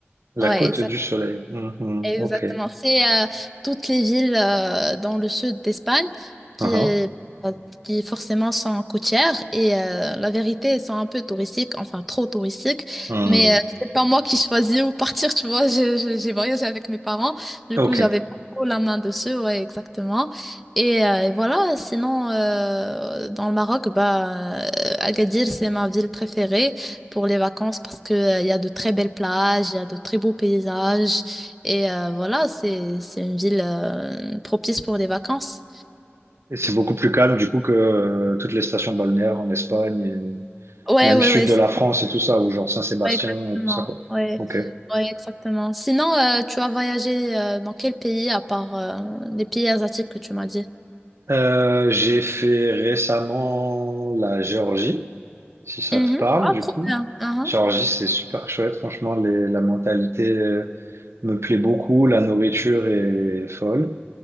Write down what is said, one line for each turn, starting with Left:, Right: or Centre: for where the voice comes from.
Right: La
Centre: Ouais,
Right: côte du soleil. Mhm,
Centre: Exactement.
Right: Ok.
Centre: C'est euh, toutes les villes euh, dans le sud d'Espagne qui,
Right: Uhum,
Centre: euh, qui forcément sont côtières et euh, la vérité, elles sont un peu touristiques, enfin trop touristiques,
Right: hmm,
Centre: mais euh, c'est pas moi qui choisis où partir, tu vois. Je- je- J'ai voyagé avec mes parents, du
Right: Ok.
Centre: coup, j'avais pas trop la main dessus, ouais, exactement. Et, euh, et voilà, sinon, euh, dans le Maroc, bah, euh, Agadir, c'est ma ville préférée pour les vacances parce que, euh, il y a de très belles plages, il y a de très beaux paysages. Et euh, voilà, c'est c'est une ville euh, propice pour des vacances.
Right: Et c'est beaucoup plus calme, du coup, que euh, toutes les stations balnéaires en Espagne, et
Centre: Ouais,
Right: même
Centre: ouais,
Right: sud
Centre: ouais, c'est-
Right: de la France et tout ça, ou genre Saint-Sébastien
Centre: ouais, exactement.
Right: et tout ça, quoi.
Centre: Ouais,
Right: Ok.
Centre: ouais, exactement. Sinon, euh, tu as voyagé euh, dans quel pays à part euh, les pays asiatiques que tu m'as dit?
Right: Euh, j'ai fait récemment la Géorgie, si ça
Centre: Mhm.
Right: te parle,
Centre: Ah,
Right: du
Centre: trop
Right: coup.
Centre: bien. Mhm.
Right: Géorgie, c'est super chouette. Franchement, les- la mentalité euh, me plaît beaucoup. La nourriture est folle.